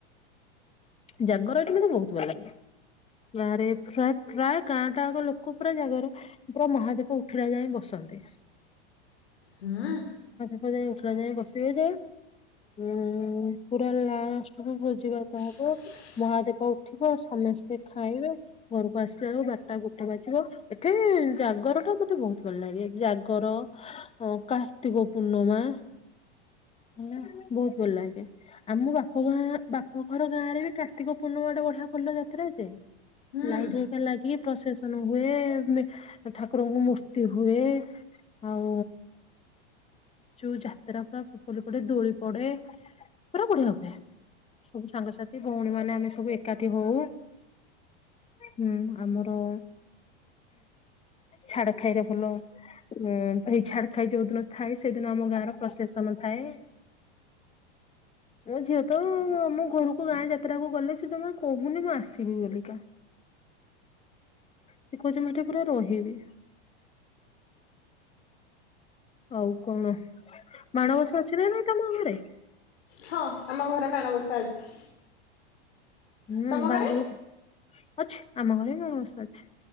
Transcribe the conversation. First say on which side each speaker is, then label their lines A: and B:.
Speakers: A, on the left; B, on the left.
A: ଜାଗର ଏଇଟି ମତେ ବହୁତ ଭଲ ଲାଗେ। ଗାଁ ରେ ପ୍ରା ପ୍ରାୟ ଗାଁ ଟା ଲୋକ ପୁରା ଜାଗାରେ ପୁରା ମହାଦେବ ଉଠିଲା ଯାଏ ବସ ହନ୍ତି।
B: ହୁଁ ଉ।
A: ଯାଗର ଉଠିଲ ଯାଏ ବସିବେ ଯେ ଉଁ ପୁରା ଲାଷ୍ଟକୁ ଭୋଜି ଭାତ ହବ
B: ହ।
A: ମହାଦେବ ଉଠିବ ସମସ୍ତେ ଖାଇବେ ଘରକୁ ଆସିଲା ବେଳକୁ ବାରଟା ଗୋଟେ ବାଜିବ ଏଠି ଇ ଜାଗର ଟା ମତେ ବହୁତ ଭଲ ଲାଗେ ଜାଗର କାର୍ତ୍ତିକ ପୂର୍ଣ୍ଣମା।
B: ହ।
A: ହେଲା ବହୁତୁ ଭଲ ଲାଗେ ଆମ ବାପ ମା ବାପ ହର ଗାଁରେ ବି କାର୍ତ୍ତିକ ପୂର୍ଣ୍ଣିମା ଗୋଟେ ଫଲ ଯାତ୍ରା ଯେ
B: ହୁଁ
A: ଲାଇଟ୍ ହେକା ଲାଗିକି ପ୍ରଶେସନ ହୁଏ ଠାକୁରଙ୍କୁ ମୂର୍ତ୍ତି ହୁଏ। ଆଉ ଯୋଉ ଯାତ୍ରା ପୁରା ପଡେ ଦୋଳି ପଡେ ପୁରା ବଢିଆ ହୁଏ। ସବୁ ସାଙ୍ଗସାଥି ଭଉଣୀ ମାନେ ଆମେ ସବୁ ଏକାଠି ହଉ ହୁଁ ଆମର ଛାଡ ଖାଇରେ ଭଲ ଉ ଏଇ ଛାଡ ଖାଇ ଯୋଉ ଦିନ ଥାଏ ସେଦିନ ଆମ ଗାଁର ପ୍ରଶେସନ ଥାଏ। ମୋ ଝିଅ ତ ଆମ ଘରକୁ ଗାଁ ଯାତ୍ରାକୁ ଗଲେ ସେ ଜମା କହୁନି ମୁଁ ଆସିବି ବୋଲିକା। ସେ କହୁଛି ମୁଁ ଏଠି ପୁରା ରହିବି। ଆଉ କଣ ମାଣବସା ଅଛି ନା ନାଇ ତମ ହାଡେ?
B: ହଁ ଆମ ଘରେ ମାଣବସା ଅଛି।
A: ହୁଁ
B: ତମ
A: ବାହାଘରକୁ
B: ଘରେ
A: ଅଛି ଆମ ଘରେ ବି ମଣବସା ଅଛି।